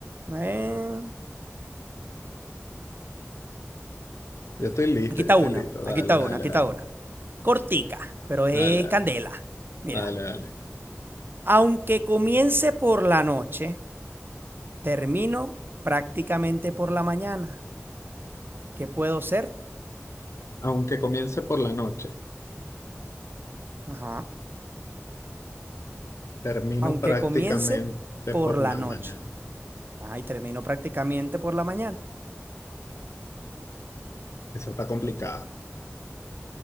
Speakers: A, on the right; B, on the left.
A: Eh,
B: Yo estoy listo,
A: aquí está
B: yo estoy
A: una.
B: listo. Dale,
A: Aquí está
B: dale,
A: una. Aquí
B: dale.
A: está una. Cortica, pero es
B: Dale, dale,
A: candela. Mira.
B: dale, dale.
A: Aunque comience por la noche, termino prácticamente por la mañana. ¿Qué puedo ser?
B: Aunque comience por la noche,
A: Ajá.
B: termino
A: Aunque
B: prácticamente
A: comience por
B: por
A: la
B: la
A: noche.
B: mañana.
A: Ajá, y termino prácticamente por la mañana.
B: Esa está complicada.